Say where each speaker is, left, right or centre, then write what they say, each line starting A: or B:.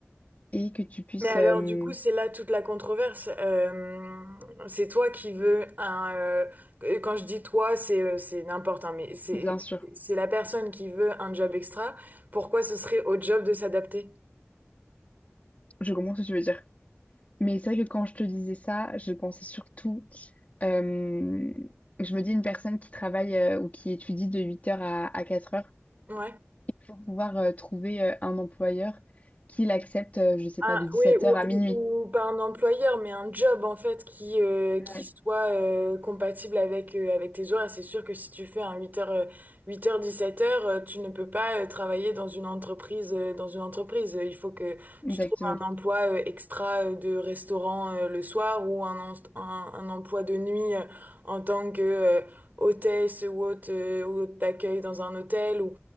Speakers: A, on the left (about 35°); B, on the right (about 40°).
A: et que tu puisses,
B: Mais alors,
A: euh,
B: du coup, c'est là toute la controverse. Euh, c'est toi qui veux un. euh, et quand je dis toi, c'est euh, c'est n'importe, hein, mais c'est
A: bien sûr,
B: c'est la personne qui veut un job extra. Pourquoi ce serait au job de s'adapter?
A: je comprends ce que tu veux dire. Mais c'est vrai que quand je te disais ça, je pensais surtout, euh, je me dis une personne qui travaille euh, ou qui étudie de 8 heures à, à 4 heures,
B: Ouais.
A: il faut pouvoir euh, trouver euh, un employeur qui l'accepte, euh, je sais
B: Ah,
A: pas, de 17
B: oui, ou,
A: heures à minuit.
B: ou- ou pas un employeur, mais un job en fait qui, euh,
A: Ouais,
B: qui soit euh, compatible avec, euh, avec tes horaires. C'est sûr que si tu fais un 8h, 8h, 17h, tu ne peux pas euh, travailler dans une entreprise, euh, dans une entreprise. Il faut que tu
A: exactement.
B: trouves un emploi euh, extra euh, de restaurant euh, le soir ou un, en- un, un emploi de nuit euh, en tant que euh, hôtesse ou hôte, euh, ou hôte d'accueil dans un hôtel ou,